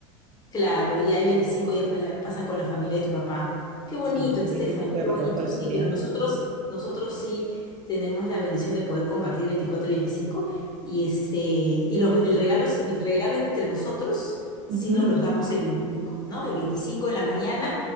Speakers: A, on the left; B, on the right.
A: Claro, y ahí los 25 días fa- la- pasan con la familia de tu papá. Qué bonito,
B: Sí,
A: Stephanie,
B: el 25 ya
A: qué
B: pasamos
A: bonito.
B: con la
A: Sí,
B: familia
A: pero
B: de
A: nosotros,
B: papá.
A: nosotros sí tenemos la bendición de poder compartir 24 y 25, y este y los, el regalo, el regalo entre nosotros sí
B: Ujú,
A: nos los damos el 25, ¿no? El 25 en la mañana.